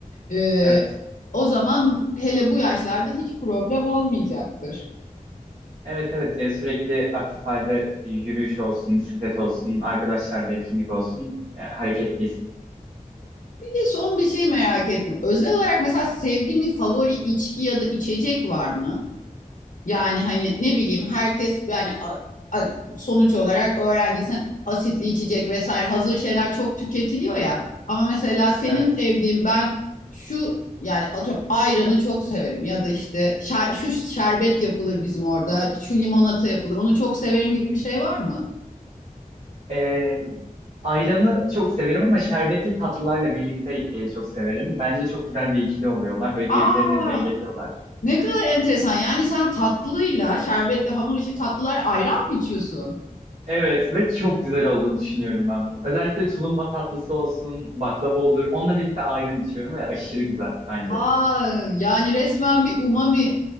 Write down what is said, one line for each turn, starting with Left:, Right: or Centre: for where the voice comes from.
Left: E,
Right: Evet.
Left: o zaman hele bu yaşlarda hiç problem olmayacaktır.
Right: Evet evet yani sürekli aktif halde yürüyüş olsun, bisiklet olsun, arkadaşlarla etkinlik olsun, e, hareketliyiz.
Left: Bir de son bir şey merak ettim. Özel olarak mesela sevdiğin bir favori içki ya da içecek var mı? Yani hani ne bileyim herkes yani a- a- sonuç olarak öğrenciysen asitli içecek vesaire hazır şeyler çok tüketiliyor ya. Ama mesela senin
Right: Evet.
Left: sevdiğin ben şu yani atıyorum ayranı çok severim ya da işte şer- şu şerbet yapılır bizim orada, şu limonata yapılır. Onu çok severim gibi bir şey var mı?
Right: Ee, ayranı çok severim ama şerbetli tatlılarla birlikte e, çok severim. Bence çok güzel bir ikili oluyorlar. Böyle
Left: Aa,
Right: birbirlerini dengeliyorlar.
Left: ne kadar enteresan. Yani sen tatlıyla, şerbetle hamur işi tatlılar ayran mı içiyorsun?
Right: Evet ve çok güzel olduğunu düşünüyorum ben bunu. Özellikle tulumba tatlısı olsun, baklava olur. Onunla birlikte ayran içiyorum ve aşırı güzel bence.
Left: Aa, yani resmen bir umami